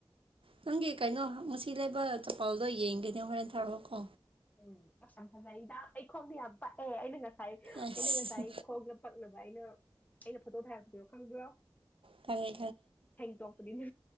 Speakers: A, on the right (about 85°); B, on the left (about 20°).
A: ꯅꯪꯒꯤ ꯀꯩꯅꯣ ꯉꯁꯤ ꯂꯩꯕ ꯆꯄꯜꯗꯣ ꯌꯦꯡꯒꯅꯦ ꯍꯣꯔꯦꯟ ꯊꯥꯔꯛꯑꯣ ꯀꯣ
B: ꯎꯝ ꯑꯁ ꯌꯥꯝ ꯐꯖꯩꯗ ꯑꯩ ꯈꯣꯡꯗ ꯌꯥꯝ ꯄꯛꯑꯦ ꯑꯩꯅ ꯉꯁꯥꯏ
A: ꯑꯁ
B: ꯑꯩꯅ ꯉꯁꯥꯏ ꯈꯣꯡꯗ ꯄꯛꯅꯕ ꯑꯩꯅ ꯑꯩꯅ ꯐꯣꯇꯣ ꯊꯥꯔꯛꯄꯗꯣ ꯈꯪꯕꯔꯣ
A: ꯈꯪꯉꯦ
B: ꯁꯦꯡ ꯇꯣꯛꯄꯅꯤꯅ